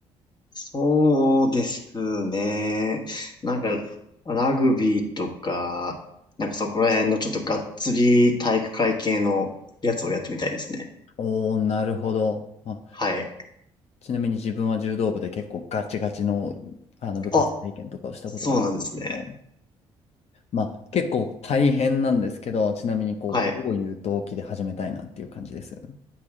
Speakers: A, on the left (about 35°); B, on the left (about 55°).
A: そうですね。なんか、ラグビーとか、なんかそこら辺のちょっとがっつり体育会系のやつをやってみたいですね。
B: おー、なるほど。あ、
A: はい。
B: ちなみに自分は柔道部で結構ガチガチの、あの部活体験とかをしたことがあるんですけど、
A: あ、そうなんですね。
B: まあ結構大変なんですけど、ちなみにこう、
A: はい。
B: どういう動機で始めたいなっていう感じです。